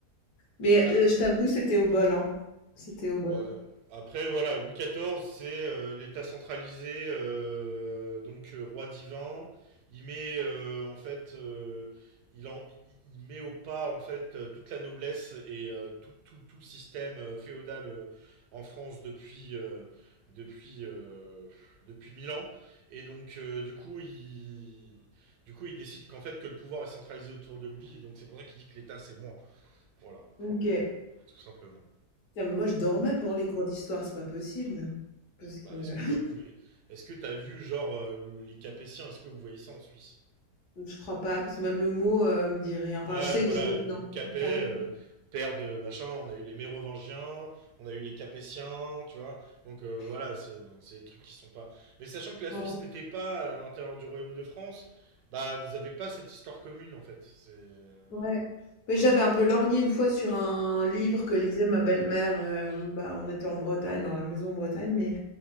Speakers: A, on the left (about 75°); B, on the right (about 75°).
A: Mais
B: Ah,
A: euh, je t'avoue, c'était au bol, hein. C'était au bol.
B: Ouais. Après, voilà, Louis XIV, c'est euh, l'État centralisé, euh, donc euh, roi divin. Il met euh, en fait, euh, il, en, il- il met au pas en fait euh, toute la noblesse et euh, tout, tout, tout le système euh, féodal euh, en France depuis euh, depuis euh, depuis mille ans. Et donc, euh, du coup, il du coup, il décide qu'en fait que le pouvoir est centralisé autour de lui. Et donc, c'est pour ça qu'il dit que l'État c'est moi. Voilà,
A: OK. Putain,
B: tout simplement.
A: mais moi, je dormais pendant les cours d'histoire, c'est pas possible. Parce que
B: Bah, est-ce que t'as vu, est-ce que t'as vu genre euh, le- les Capétiens, est-ce que vous voyez ça en Suisse
A: <laughs> je crois pas, parce que même le mot euh, me dit rien. Enfin,
B: Ouais,
A: je sais
B: voilà,
A: que j'ai
B: euh, Hugues
A: entendu
B: Capet,
A: parler.
B: euh, père de machin, on a eu les Mérovingiens, on a eu les Capétiens, tu vois. Donc euh, voilà, c'est c'est des trucs qui sont pas. Mais sachant que la
A: Ouais.
B: Suisse n'était pas à l'intérieur du Royaume de France, bah vous avez pas cette histoire commune en fait. C'est euh,
A: Ouais. Mais j'avais un peu lorgné une fois sur un livre que lisait ma belle-mère. euh, bah, on était en Bretagne, dans la maison en Bretagne, mais